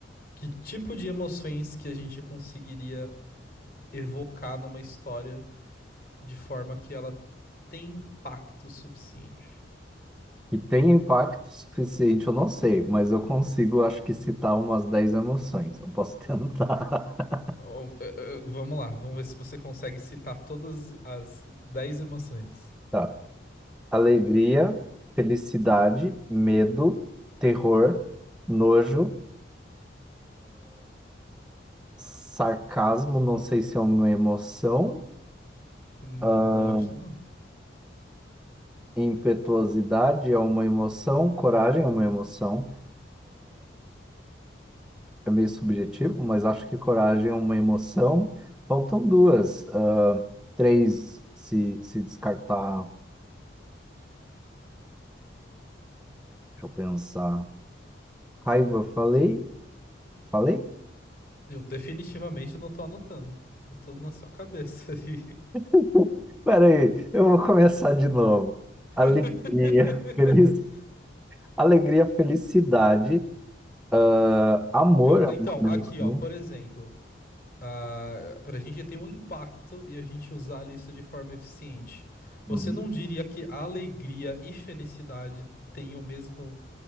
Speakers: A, on the left; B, in the centre.
A: que tipo de emoções que a gente conseguiria evocar numa história de forma que ela tem impacto suficiente?
B: E tem impacto suficiente, eu não sei, mas eu consigo, acho que, citar umas dez emoções. Eu posso tentar. <laughs>
A: Oh, eh, eh, vamos lá, vamos ver se você consegue citar todas as 10 emoções.
B: Tá. Alegria, felicidade, medo, terror, nojo, sarcasmo, não sei se é uma emoção.
A: Hum,
B: ah,
A: eu acho que não.
B: impetuosidade é uma emoção, coragem é uma emoção. é meio subjetivo, mas acho que coragem é uma emoção. Faltam duas, ah, três se, se descartar. Deixa eu pensar. Raiva, falei? Falei?
A: Eu definitivamente não tô anotando. Tá tudo na sua cabeça aí.
B: <laughs> Peraí, eu vou começar de novo.
A: <laughs>
B: Alegria, <laughs> feliz, alegria, felicidade, ah, amor
A: Eu,
B: é
A: então,
B: uma
A: aqui,
B: emoção.
A: ó, por exemplo, ah, pra gente ter um impacto e a gente usar a lista de forma eficiente, você
B: Uhum.
A: não diria que alegria e felicidade têm o mesmo,